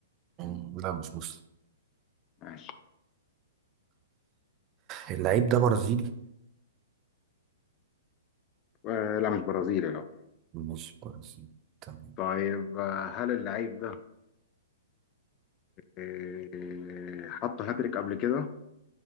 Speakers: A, on the right; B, on the left.
A: مم، لا مش مسلم
B: ماشي
A: اللعيب ده برازيلي
B: آه لا مش برازيلي لا
A: مش برازيلي تمام
B: طيب آه هل اللعيب ده آه حط هاتريك قبل كده؟